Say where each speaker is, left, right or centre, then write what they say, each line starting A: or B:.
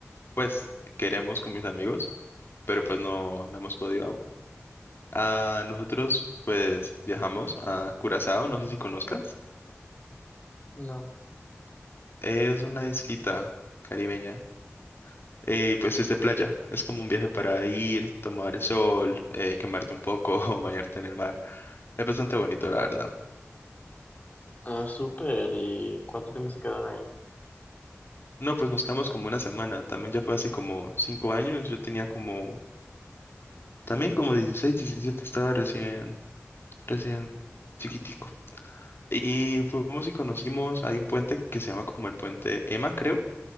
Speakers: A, on the left; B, on the left.
A: Pues queremos con mis amigos, pero pues no, no hemos podido Ah, nosotros pues viajamos a Curazao, no sé si conozcas.
B: no.
A: Es una islita caribeña. eh, Y pues es de playa. Es como un viaje para ir, tomar el sol, eh, quemarte un poco, <laughs> bañarte en el mar. Es bastante bonito, la verdad.
B: Ah, súper. ¿Y cuánto tiempo se quedaron ahí?
A: No, pues nos quedamos como una semana. También ya fue hace como cinco años. Yo tenía como, también como 16 17 estaba recién, recién chiquitico. Y fuimos y conocimos, hay un puente que se llama como el puente Emma, creo